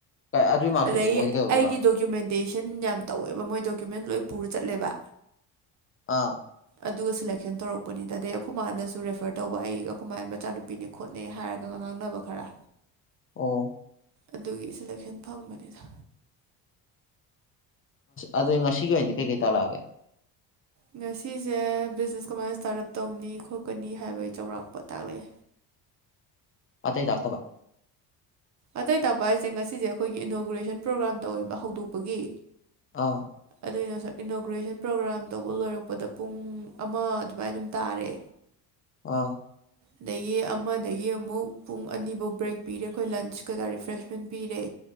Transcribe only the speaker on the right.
ꯑꯗꯗꯒꯤ
ꯑꯩꯒꯤ ꯗꯣꯀꯨꯃꯦꯟꯇꯦꯁꯟ ꯌꯥꯝ ꯇꯧꯋꯦꯕ ꯃꯣꯏ ꯗꯣꯀꯨꯃꯦꯟ ꯂꯣꯏ ꯄꯨꯔ ꯆꯠꯂꯦꯕ
ꯑꯗꯨꯒ ꯁꯦꯂꯦꯛꯁꯟ ꯇꯧꯔꯛꯄꯅꯤꯗꯗꯩ ꯑꯩꯈꯣꯏ ꯃꯥꯅꯁꯨ ꯔꯦꯐꯔ ꯇꯧꯕ ꯑꯩꯈꯣꯏ ꯃꯥ ꯃꯆꯥꯅꯨꯄꯤꯅꯦ ꯈꯣꯠꯅꯦ ꯍꯥꯏꯔꯒ ꯉꯥꯡꯅꯕ ꯈꯔ
ꯑꯗꯨꯒꯤ ꯁꯦꯂꯦꯛꯁꯟ ꯐꯪꯕꯅꯤꯗ
ꯉꯁꯤꯁꯦ ꯕꯤꯖꯤꯅꯦꯁ ꯀꯃꯥꯏꯅ ꯏꯁꯇꯥꯔꯠ ꯑꯞ ꯇꯧꯅꯤ ꯈꯣꯠꯀꯅꯤ ꯍꯥꯏꯕꯒꯤ ꯆꯥꯎꯔꯥꯛꯄ ꯇꯥꯛꯂꯛꯑꯦ
ꯑꯇꯩ ꯇꯥꯄ ꯍꯥꯏꯁꯦ ꯉꯁꯤꯁꯦ ꯑꯩꯈꯣꯏꯒꯤ ꯏꯅꯣꯒ꯭ꯔꯦꯁꯟ ꯄ꯭ꯔꯣꯒ꯭ꯔꯥꯝꯗ ꯑꯣꯏꯕ ꯍꯧꯗꯣꯛꯄꯒꯤ
ꯑꯗꯨꯏꯅ ꯃꯁꯛ ꯏꯅꯣꯒ꯭ꯔꯦꯁꯟ ꯄ꯭ꯔꯣꯒ꯭ꯔꯥꯝ ꯇꯧꯕ ꯂꯣꯏꯔꯛꯄꯗ ꯄꯨꯡ ꯑꯃ ꯑꯗꯨꯃꯥꯏ ꯑꯗꯨꯝ ꯇꯥꯔꯦ
ꯑꯗꯒꯤ ꯑꯃꯗꯒꯤ ꯑꯃꯨꯛ ꯄꯨꯡ ꯑꯅꯤꯐꯧ ꯕ꯭ꯔꯦꯛ ꯄꯤꯔꯦ ꯑꯩꯈꯣꯏ ꯂꯟꯁ ꯀꯩꯀꯥ ꯔꯤꯐ꯭ꯔꯦꯁꯃꯦꯟ ꯄꯤꯔꯦ